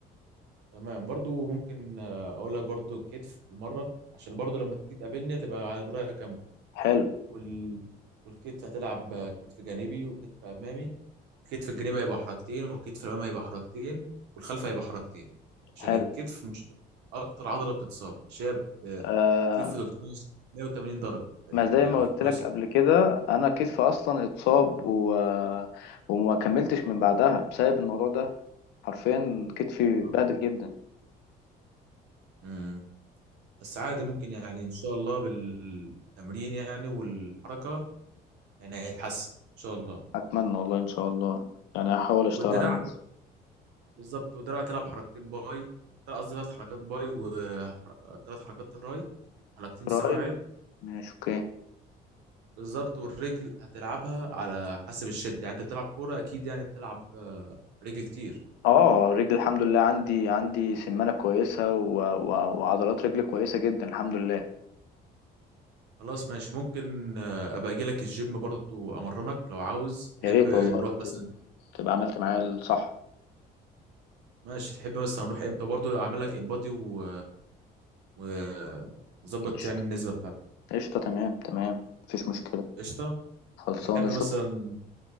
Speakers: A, on the right (about 85°); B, on the left (about 85°).
A: تمام برضو ممكن آه، اقول لك برضو الكتف بالمره عشان برضو لما تيجي تقابلني تبقى على درايه كامله
B: حلو
A: وال... والكتف هتلعب كتف جانبي وكتف امامي الكتف الجانبي هيبقى حركتين والكتف الامامي هيبقى حركتين والخلف هيبقى حركتين عشان
B: حلو
A: الكتف مش اكتر عضله بتتصاب عشان هي ب-
B: آه،
A: بتلف 380 درجه تقريبا
B: ما زي
A: يعني
B: ما
A: او
B: قلت
A: 360
B: لك قبل كده انا كتفي اصلا اتصاب و... وما كملتش من بعدها بسبب الموضوع ده حرفيا كتفي
A: درجة.
B: اتبهدل جدا
A: امم بس عادي ممكن يعني ان شاء الله بالتمرين يعني والحركه يعني هيتحسن ان شاء الله
B: فاتمنى والله ان شاء الله يعني هحاول اشتغل
A: والدراع
B: على نفسي
A: ت- بالظبط والدراع تلعب حركتين باي قصدي ثلاث حركات باي وثلاث حركات تراي حركتين
B: قريب
A: سواعد
B: ماشي اوكي
A: بالظبط والرجل هتلعبها على حسب الشد يعني انت بتلعب كوره اكيد يعني بتلعب آه، رجل كتير
B: اه رجلي الحمد لله عندي عندي سمانة كويسة و... و... وعضلات رجلي كويسة جدا الحمد لله
A: خلاص ماشي ممكن آه، ابقى اجي لك الجيم برضو امرنك لو عاوز تحب
B: يا ريت
A: نروح
B: والله
A: مثلا
B: تب- تبقى عملت معايا الصح
A: ماشي تحب مثلا نروح امتى برضو اعمل لك انبادي و و- نظبط
B: قشطة
A: يعني النسبه بتاعتك
B: قشطة تمام تمام مفيش مشكلة
A: قشطه
B: خلصانة
A: تحب
B: شوف
A: مثلا